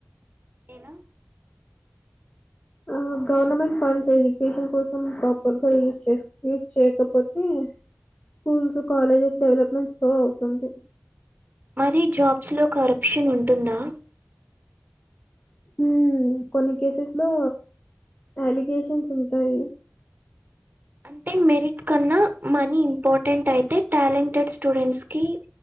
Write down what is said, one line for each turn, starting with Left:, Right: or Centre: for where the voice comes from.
Right: ఏలా
Left: ఆ గవర్నమెంట్ ఫండ్స్ ఎడ్యుకేషన్ కోసం ప్రాపర్ గా యూజ్ చేస్ యూజ్ చేయకపోతే స్కూల్స్ కాలేజెస్ డెవలప్మెంట్ స్లో అవుతుంది
Right: మరి జాబ్స్లో కరప్షన్ ఉంటుందా
Left: ఊ కొన్ని కేసెస్ లో అలిగేషన్స్ ఉంటాయి
Right: అంటే మెరిట్ కన్నా మనీ ఇంపార్టెంట్ అయితే టాలెంటెడ్ స్టూడెంట్స్ కి